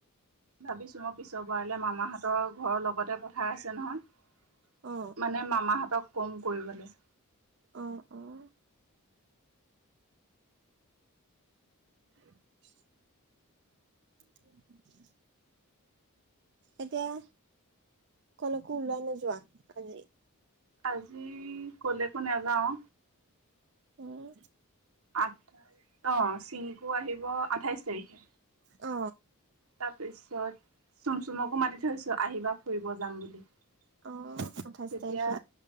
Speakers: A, on the right; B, on the right.
A: ভাবিছোঁ মই পিছৰ বাৰলে মামাহঁতৰ ঘৰৰ লগতে পথাৰ আছে নহয়।
B: অ
A: মানে মামাহঁতক কম কৰিবলে।
B: অহ অহ <unintelligible> <unintelligible> এতিয়া কলৈকো ওলাই নোযোৱা আজি
A: আজি কলেকো নেযাওঁ
B: উম
A: আঠ দছ চিংকু আহিব আঠাইছ তাৰিখে
B: অ
A: তাৰপিছত চুম চুমকো মাতি থৈছো আহিবা ফুৰিব যাম বুলি। তেতিয়া
B: অ আঠাইছ তাৰিখে